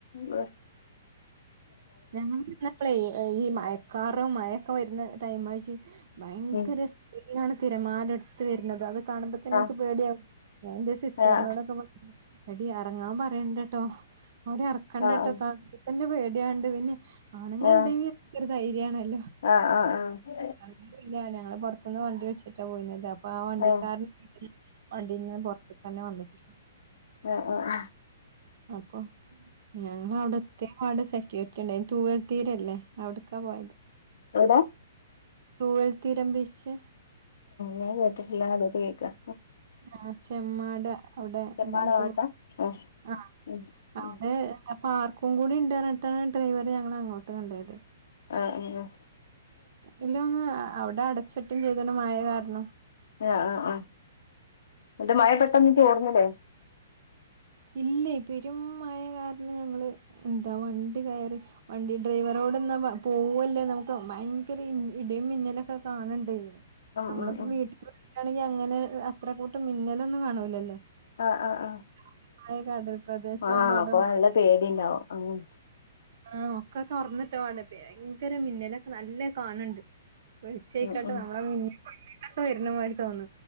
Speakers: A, on the left (about 60°); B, on the right (about 50°).
A: ബസ് <unintelligible>
B: ഞാ പള ചെയ്യ <unintelligible> ഈ മയക്കാറും മഴൊക്കെ വരുന്ന ടൈംആയിട്ട് ഭയങ്കരസ്പീ
A: ഉം
B: അലാണ് തിരമാലെടുത്ത് വരുന്നത് അത് കാണുമ്പോത്തന്നെനിക്ക്
A: ആഹ്
B: പേടിയ എന്റെ സിസ്റ്ററിനോടൊക്കെ
A: ആഹ്
B: എടി ഇറങ്ങാൻ പറയണ്ടട്ടോ അവരെ ഇറക്കണ്ട
A: ആഹ്
B: കേട്ടോണ തന്നെ വേ <unintelligible> വേന്നെ <unintelligible> ആണുങ്ങൾ
A: ആഹ്
B: ഇണ്ടെങ്കി <unintelligible> ക്കൊരു ധൈര്യാണല്ലോ
A: ആഹ് ആഹ് ആഹ്
B: ആണ് ങ്ങളില്ല ഞ ങ്ങള് പുറത്തുന്ന് വണ്ടി വിളിച്ചിട്ടാ പോയിന്യത് അ പ്പ ആ വണ്ടിക്കാരൻ
A: ആഹ്
B: <unintelligible> വണ്ടീന്ന് പുറത്ത്ക്കന്നെ വന്നിട്ടില്ല
A: ആഹ് ആഹ് ആഹ്
B: അപ്പൊ ഞങ്ങളവടെത്‌യേംപാട് കേറ്റണ്ടായിനി തൂവൽ തീരല്ലേ അവിട്ക്കാ പോയത്
A: എവിടെ
B: തൂവൽ തീരം ബിച്ച്
A: ഞാൻ കേട്ടിട്ടില്ല ആദ്യായിട്ട് കേക്ക
B: ആ ചെമ്മാട് അവിടെ
A: തിരമാല
B: അങ്ങനെ തോന്ന്
A: പാട്ടാ ആഹ്
B: ആ
A: ഉം
B: അവിടെ
A: ഉം
B: പാർക്കും കൂടി ഉണ്ടർഞ്ഞിട്ടാണ് ഡ്രൈവർ ഞങ്ങളെ അങ്ങോട്ട് കൊണ്ടയത്
A: ആ ആ ആ
B: ഇല്ല ഒന്ന് അവിടെ അടച്ചിട്ടും ചെയ്ത് ണ് മയകാരണം
A: ആ ആ ആ ഇന്നട്ട് മഴ പെട്ടെന്ന് ചോർന്നി ലേ
B: ഇല്ല പെരും മഴ കാരണം ഞങ്ങള് എന്താ വണ്ടി കയറി വണ്ടി ഡ്രൈവറോട്ന്നാ പോവല്ലേ നമുക്ക് ഭയങ്കര ഇടിയും മിന്നലൊക്കെ കാണ്ണ്ടേ
A: ഉം
B: നമ്മളപ്പോ
A: ഉം ഉം
B: വീട്ടില് ലാണെങ്കിൽ അങ്ങനെ അത്ര കൂട്ടം മിന്നലൊന്നും കാണൂല്ലല്ലോ
A: ആ ആ ആ
B: <unintelligible>
A: ആ
B: അവിടെ
A: അപ്പൊ നല്ല പേടി ഇണ്ടാവും ആഹ്
B: ആ ഒക്കെ തൊറന്നിട്ടവും ആണ് ഭയങ്കര മിന്നലൊക്കെ നല്ലെ കാണ് ണ് ണ്ട് വെളിച്ചായ്ക്കാട്ട്
A: ഉം ഉം
B: ന <unintelligible> മിന്നി <unintelligible> വര്ന മായിരി തോന്ന